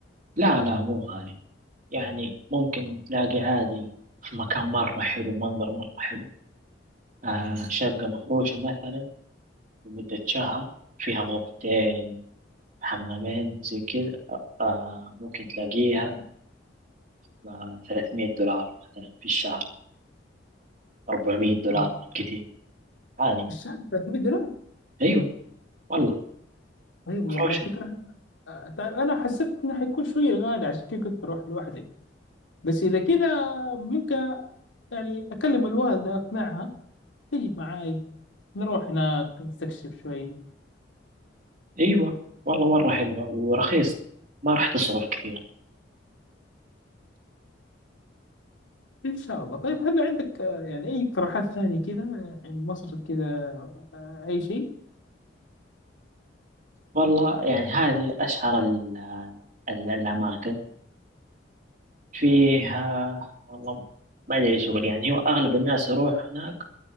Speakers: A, on the right; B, on the left.
A: لا لا مو غالي يعني ممكن تلاقي عادي في مكان مرة حلو منظر مرة حلو آه شقة مفروشة مثلا لمدة شهر فيها غرفتين حمامين زي كذا آه ممكن تلاقيها ب 300 دولار مثلا في الشهر 400 دولار
B: آه،
A: كثير عادي
B: الشهر 300 دولار
A: أيوة والله
B: طيب والله
A: مفروشة
B: فكرة آه، تع- أنا حسبت إنه حيكون شوية غالي عشان كذا كنت بروح لوحدي بس إذا كذا ممكن يعني أكلم الوالدة أقنعها تجي معاي نروح هناك نستكشف شوي
A: أيوة والله مرة حلوة ورخيص ما راح تصرف كثير
B: إن شاء الله طيب هل عندك آه، يعني أي اقتراحات ثانية كذا يعني مصر كذا آه، أي شيء؟
A: والله يعني هذه أشهر ال- ال- الأماكن فيه آه، والله ما أدري إيش أقول يعني هو أغلب الناس يروح هناك